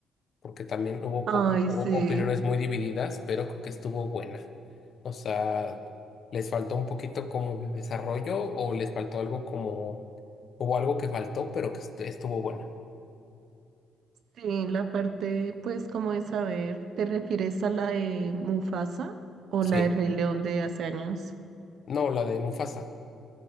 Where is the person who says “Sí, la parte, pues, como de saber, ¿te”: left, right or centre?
Right